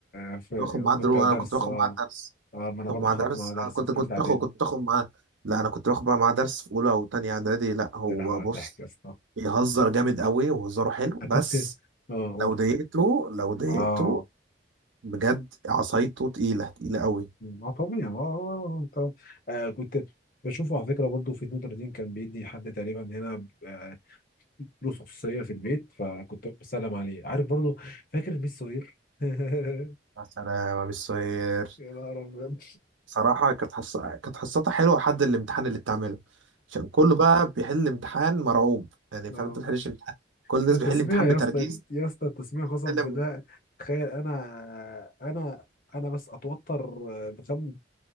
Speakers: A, on the left (about 45°); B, on the right (about 85°).
A: آه، في-
B: باخد معاه دروس
A: كنت درس
B: انا كنت باخد
A: اه
B: معاه درس
A: اه ما انا
B: باخد
A: برضو
B: معاه
A: خدت
B: درس
A: معاه درس
B: انا كنت
A: في
B: كنت
A: ثالثه اعدادي
B: باخد كنت باخد معاه لا انا كنت باخد بقى معاه درس في اولى وتانية اعدادي لا هو
A: يا لهوي على
B: بص
A: الضحك يا اسطى
B: بيهزر جامد قوي وهزاره حلو
A: انا
B: بس
A: كنت اه قول
B: لو ضايقته لو ضايقته
A: اه
B: بجد عصايته تقيله تقيله قوي
A: اه طبيعي اه آه، آه، طب آه كنت بشوفه على فكره برضه في 32 كان بيدي حد تقريبا هنا آه، فلوس خصوصيه في البيت فكنت بسلم عليه عارف برضه فاكر ميس سوير <laughs>
B: يا سلام يا مستر
A: يا نهار ابيض
B: صراحة كانت حص... كانت حصتها حلوة لحد الامتحان اللي بتعمله عشان كله بقى بيحل امتحان مرعوب يعني
A: <laughs>
B: فاهم
A: آه،
B: انت ما بتحلش امتحان كل الناس
A: التسميع
B: بيحل امتحان
A: يا
B: بترجيز
A: اسطى يا اسطى التسميع قسما
B: بتحل
A: بالله تخيل انا انا انا بس اتوتر بخم